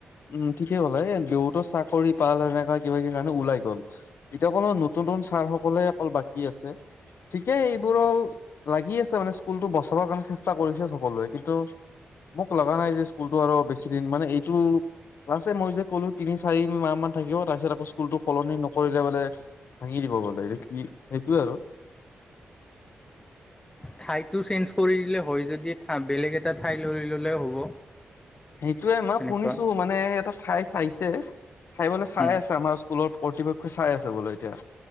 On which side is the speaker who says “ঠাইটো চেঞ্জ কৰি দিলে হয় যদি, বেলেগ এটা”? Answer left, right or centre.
Left